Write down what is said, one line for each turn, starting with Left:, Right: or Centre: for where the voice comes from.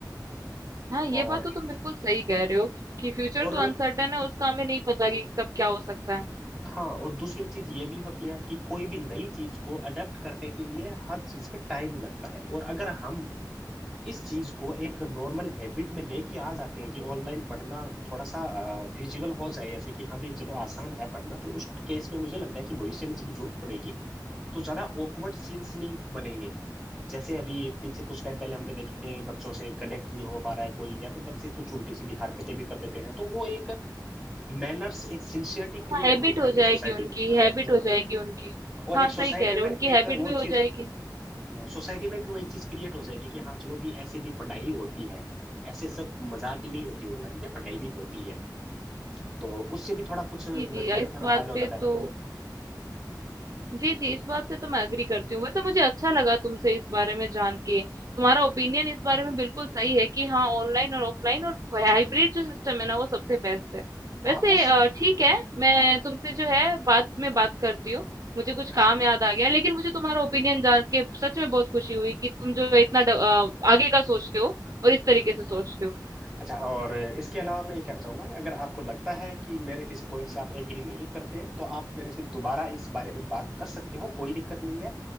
Right: हाँ ये
Centre: और
Right: बात तो तुम बिल्कुल सही कह रहे हो कि फ्यूचर
Centre: और
Right: तो अनसर्टेन है उसका हमें नहीं पता कि कब क्या हो सकता है
Centre: हाँ और दूसरी चीज ये भी होती है कि कोई भी नई चीज को अडेप्ट करने के लिए हर चीज में टाइम लगता है और अगर हम इस चीज को एक नॉर्मल हैबिट में लेके आ जाते हैं कि ऑनलाइन पढ़ना थोड़ा सा फिजिबल हो जाए ऐसे कि हाँ भी चलो आसान है पढ़ना तो उस केस में मुझे लगता है कि भविष्य में जब जरूरत पड़ेगी तो ज्यादा awkward सीन्स नहीं बनेंगे जैसे अभी पीछे कुछ टाइम पहले हमने देखे थे बच्चों से कनेक्ट नहीं हो पा रहा है कोई या फिर बच्चे कुछ उल्टी सीधी हरकतें भी कर देते हैं तो वो एक मैनर्स एक सिंसियरिटी क्रिएट
Right: हाँ हैबिट
Centre: हो जाएगी
Right: हो जाएगी
Centre: सोसाइटी
Right: उनकी
Centre: में हाँ
Right: हैबिट
Centre: हाँ,
Right: हो जाएगी उनकी
Centre: हाँ। और
Right: हाँ
Centre: एक सोसाइटी
Right: सही कह रहे हो
Centre: में
Right: उनकी
Centre: एक
Right: हैबिट
Centre: वो
Right: भी हो
Centre: चीज
Right: जाएगी
Centre: सोसाइटी में भी वो एक चीज क्रिएट हो जाएगी कि हाँ चलो भी ऐसे भी पढ़ाई होती है ऐसे सब मजाक ही नहीं होती ऑनलाइन पे पढ़ाई भी होती है तो उससे भी थोड़ा कुछ मेरे
Right: जी जी
Centre: को लग
Right: इस
Centre: रहा है थोड़ा
Right: बात
Centre: फायदा हो
Right: पे
Centre: जाता है
Right: तो जी, जी,
Centre: तो
Right: इस बात से तो मैं एग्री करती हूँ। वैसे मुझे अच्छा लगा तुमसे इस बारे में जान के। तुम्हारा ओपिनियन इस बारे में बिल्कुल सही है कि हाँ, ऑनलाइन और ऑफलाइन और हाइब्रिड जो सिस्टम है ना, वो सबसे बेस्ट है। वैसे
Centre: हाँ उसी
Right: अ, ठीक है, मैं तुमसे जो है बाद में बात करती हूँ। मुझे कुछ
Centre: हाँ
Right: काम याद आ गया, लेकिन मुझे तुम्हारा ओपिनियन जान के सच में बहुत खुशी हुई कि तुम जो है इतना ड अ, आगे का सोचते हो और इस तरीके
Centre: हम्म।
Right: से सोचते हो।
Centre: अच्छा और इसके अलावा मैं ये कहना चाहूंगा कि अगर आपको लगता है कि मेरे किसी पॉइंट से आप एग्री नहीं करते तो आप मेरे से दोबारा इस बारे में बात कर सकते हो कोई दिक्कत नहीं है